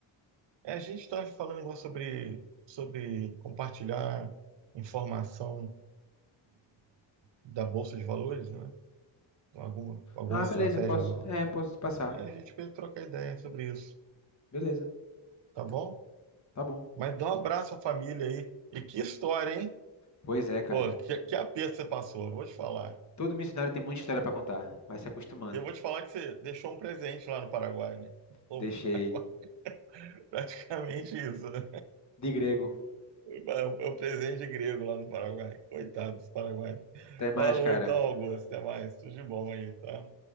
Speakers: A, on the right; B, on the left.
A: É, a gente está falando agora sobre, sobre compartilhar informação da Bolsa de Valores, né? Alguma, alguma
B: Ah,
A: estratégia.
B: beleza, posso. É, posso te passar.
A: É, a gente pode trocar ideia sobre isso,
B: Beleza,
A: tá bom?
B: tá bom.
A: Mas dá um abraço à família aí. E que história, hein?
B: Pois é, cara.
A: Pô, que, que aperto você passou, eu vou te falar.
B: Todo missionário tem muita história pra contar, vai se acostumando.
A: E eu vou te falar que você deixou um presente lá no Paraguai, né? Ou
B: Deixei.
A: Paraguai, <laughs> Praticamente isso. né?
B: De grego.
A: É o é o presente grego lá no Paraguai. Coitado dos Paraguai.
B: Até mais,
A: Falou
B: cara.
A: então, Augusto. Até mais. Tudo de bom aí, tá?